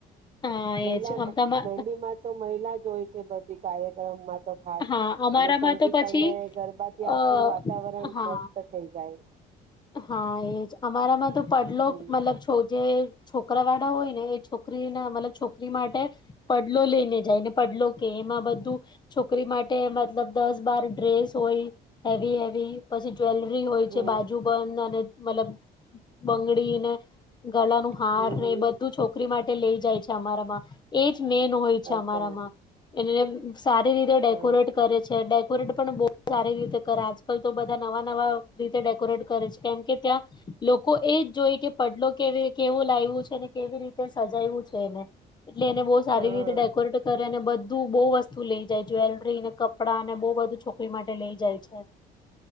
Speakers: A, on the left; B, on the right.
A: હા
B: મહિલા
A: એજ આમ તમા
B: મહેંદી માં તો મહિલા જ હોય છે બધી ગાયક. હ. <unintelligible> તો ખાસ,
A: હા અમારામાં
B: અને સંગીત
A: તો પછી
B: અને ગરબાથી આખું
A: અ
B: વાતાવરણ
A: હા
B: મસ્ત થઈ જાય.
A: હા એજ અમારામાં તો પડઢલો
B: હમ
A: મતલબ છો જે છોકરા વાળા હોય ને એ છોકરી ના મતલબ છોકરી માટે, પડલો લઈને જાય ને પડલો કે એમાં બધું છોકરી માટે મતલબ દસ બાર ડ્રેસ હોય હેવી હેવી પછી જ્વેલરી હોય
B: હમ
A: છે બાજુ અને મતલબ બંગડીને. ગળાનું હાર
B: હમ હમ
A: એ બધું છોકરી માટે લઈ જાય છે અમારામાં એ જ મેન હોય
B: અચ્છા
A: છે અમારામાં, એ સારી રીતે ડેકોરેટ
B: હા
A: કરે છે. ડે પરેડ પણ બહુ સારી રીતે કરે આજકાલ તો બધા નવા નવા રીતે ડેકોરેટ કરે છે. કેમ કે ત્યાં લોકો એજ જોય કે પડલો કે કેવું લાવું છે ને કેવી રીતે સજાવું છે એને. એટલે એને બહુ સારી
B: હા
A: રીતે ડેકોરેટ કરે અને બધ ધું બહુ વસ્તુ લઈ જાય જ્વેલરીને કપડાં અને બહુ બધું છોકરી માટે લઈ જાય છે.